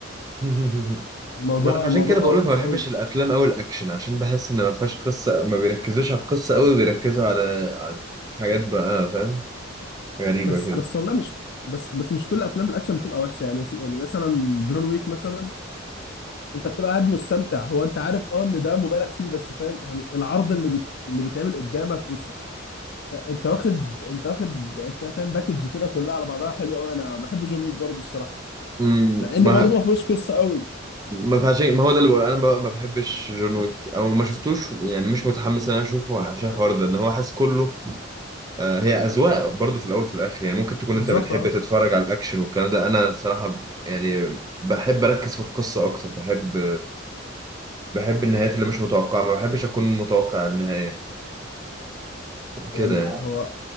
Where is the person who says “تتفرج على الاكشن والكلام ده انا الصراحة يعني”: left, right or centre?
Right